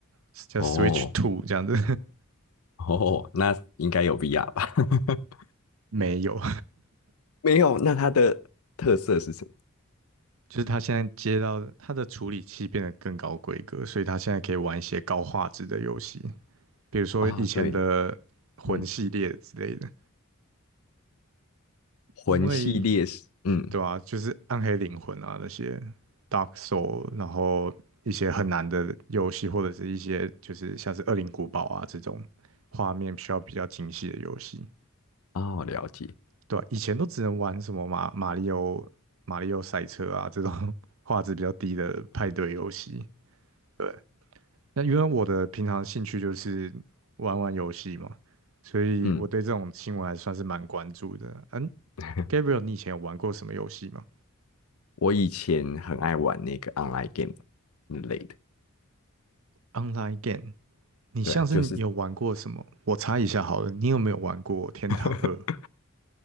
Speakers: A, on the right (about 65°); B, on the left (about 80°).
A: 叫
B: 哦
A: Switch Two 这样子，
B: 哦，那应该有 VR 吧？<laughs>
A: <laughs> 没有，
B: 没有，那它的特色是什
A: 就是他现在接到的它的处理器变得更高规格，所以他现在可以玩一些高画质的游戏，比如说以前的魂系列之类的。
B: 么？啊、对，嗯，魂系列是，
A: 因为
B: 嗯，
A: 对啊，就是暗黑灵魂啊那些 Dark Soul，然后一些很难的游戏，或者是一些就是像是《恶灵古堡》啊这种画面需要比较精细的游戏。
B: 哦，了解，
A: 对啊以前都只能玩什么马马里奥、马里奥赛车啊这种 <laughs> 画质比较低的派对游戏。对，那因为我的平常兴趣就是玩玩游戏嘛，所以我对这种新闻还算是蛮关注的。
B: 嗯，
A: 嗯
B: <laughs>
A: ，Gabriel，你以前有玩过什么游戏吗？
B: 我以前很爱玩那个 online game 之类的，
A: Online game，你像是有玩过什么？
B: 对啊，就是
A: 我猜一下好了，你有没有玩过《天堂二》？
B: <laughs>